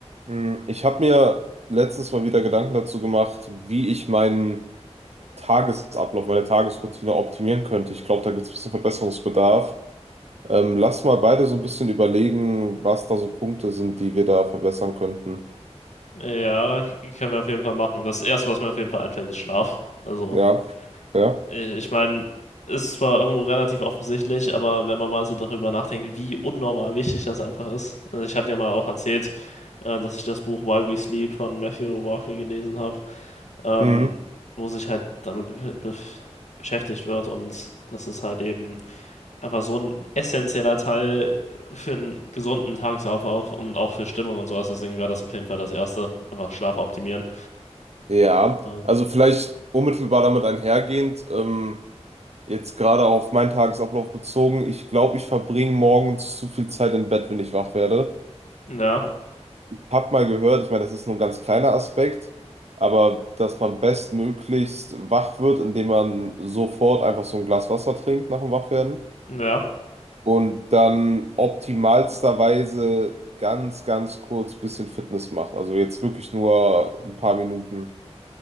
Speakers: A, on the right; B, on the left.
A: Mm, Ich habe mir letztens mal wieder Gedanken dazu gemacht, wie ich meinen Tagesablauf, meine Tagesroutine optimieren könnte. Ich glaube, da gibt es ein bisschen Verbesserungsbedarf. Ähm, lass mal beide so ein bisschen überlegen, was da so Punkte sind, die wir da verbessern könnten.
B: Ja, können wir auf jeden Fall machen. Das Erste, was mir auf jeden Fall einfällt, ist Schlaf. Also,
A: Ja, ja.
B: ich, ich meine, ist zwar irgendwo relativ offensichtlich, aber wenn man mal so darüber nachdenkt, wie unnormal wichtig das einfach ist. Also Ich habe dir mal auch erzählt, äh, dass ich das Buch Why We Sleep von Matthew Walker gelesen habe, ähm,
A: Mhm.
B: wo sich halt damit be be beschäftigt wird und das ist halt eben einfach so ein essentieller Teil für einen gesunden Tagesablauf und auch für Stimmung und sowas. Deswegen wäre das auf jeden Fall das Erste, einfach Schlaf optimieren.
A: Ja,
B: Ja,
A: also vielleicht unmittelbar damit einhergehend, ähm, jetzt gerade auf meinen Tagesablauf bezogen, ich glaube, ich verbringe morgens zu viel Zeit im Bett, wenn ich wach werde.
B: ja,
A: Hab mal gehört, ich meine, das ist nur ein ganz kleiner Aspekt, aber dass man bestmöglichst wach wird, indem man sofort einfach so ein Glas Wasser trinkt nach dem Wachwerden
B: ja.
A: und dann optimalsterweise ganz, ganz kurz bisschen Fitness macht. Also jetzt wirklich nur ein paar Minuten.